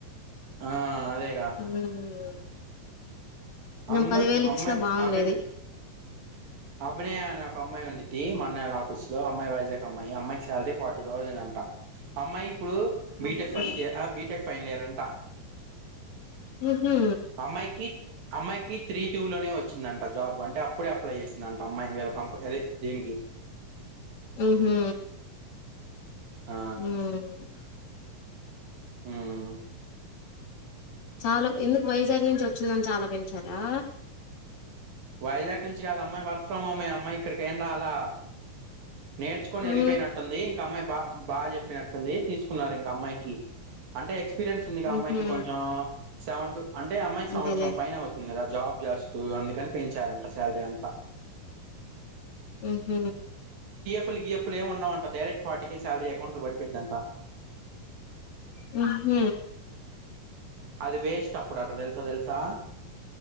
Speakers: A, on the right (about 85°); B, on the left (about 55°).
A: ఆ అదేగా
B: ఉమ్ నుమ్
A: అందరికి
B: పదివేలు ఇచ్చినా
A: అమ్మాయి
B: బాగుండేది
A: అభినయ్ అభినయ అనే ఒక అమ్మాయి ఉండిద్ది మా అన్నయోల్ల ఆఫీస్ లో అమ్మాయి వైజాగ్ అమ్మాయి, అమ్మాయికి శాలరీ ఫార్టీ థౌసండ్ అంట, అమ్మాయి ఇప్పుడు బీటెక్
B: ఓకే
A: ఫస్ట్ ఇయర్ అ బీటెక్ ఫైనల్ ఇయర్ అంట
B: ఊహూ
A: అమ్మాయికి అమ్మాయికి త్రీ టూ లోనే వచ్చిందంట జాబ్ అంటే అప్పుడు అప్లై చేసి దంట అమ్మాయి వీళ్ళ కంపెని అదే దీనికి
B: ఊహూ ఉమ్
A: ఆ ఉమ్
B: చాలా, ఎందుకు వైజాగ్ నుంచి వచ్చిందని చాలా పెంచారా
A: వైజాగ్ నుంచి కాదు అమ్మాయి వర్క్ ఫ్రమ్ హోమ్ అమ్మాయి ఇక్కడికేం రాలా నేర్చుకుని వెళిపోయినట్టుంది
B: ఉ
A: ఇంకామ్మాయి బా బాగా చెప్పినట్టుంది తీసుకున్నారు ఇంక అమ్మాయికి అంటే ఎక్స్ పిరియన్స్ ఉంది
B: ఉహు
A: అమ్మాయికి కొంచెం సెవెన్ట్ అంటే అమ్మాయికి సంవత్సరం
B: అదేలే
A: పైనే అవుతుంది కదా జాబ్ చేస్తు అందుకని పెంచారంట సాలరీ అంతా.
B: హుహ్
A: లు గిఎఫ్ ఉండవంట డైరెక్ట్ ఫార్టీకే సాలరీ అకౌంట్ లో పడిపోయిద్దంట.
B: హూహ్
A: అది వేస్ట్ అప్పుడు అట్ట తెలుసా తెలుసా